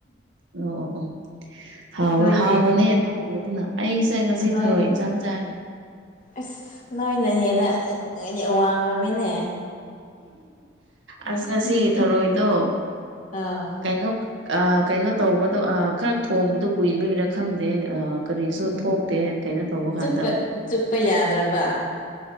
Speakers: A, on the right; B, on the left.
A: ꯑꯣ ꯑꯣ ꯑꯣ ꯍꯥꯎ
B: ꯅꯣꯏꯗꯤ
A: ꯍꯥꯎꯕꯅꯦ ꯑꯗꯨꯒꯨꯝꯕꯗꯨꯅ ꯑꯩꯁꯦ ꯉꯁꯤ
B: ꯑꯍꯣꯏ
A: ꯊꯔꯣꯏ ꯏꯟꯖꯥꯡ ꯆꯥꯏ
B: ꯑꯁ ꯅꯣꯏꯅ ꯍꯦꯟꯅ ꯋꯥꯡꯂꯝꯃꯦꯅꯦ
A: ꯑꯁ ꯉꯁꯤꯒꯤ ꯊꯧꯔꯣꯏꯗꯣ
B: ꯑꯥ
A: ꯀꯩꯅꯣ ꯑꯥ ꯀꯩꯅꯣ ꯇꯧꯕꯗꯣ ꯑꯥ ꯈꯔ ꯊꯣꯡꯕꯗꯣ ꯀꯨꯏꯕꯩꯔ ꯈꯪꯗꯦ ꯀꯔꯤꯁꯨ
B: ꯎꯝ
A: ꯊꯣꯛꯇꯦ ꯀꯩꯅꯣ ꯇꯧꯕ
B: ꯆꯨꯞꯄ
A: ꯀꯥꯟꯗ
B: ꯆꯨꯞꯄ ꯌꯥꯗ꯭ꯔꯕ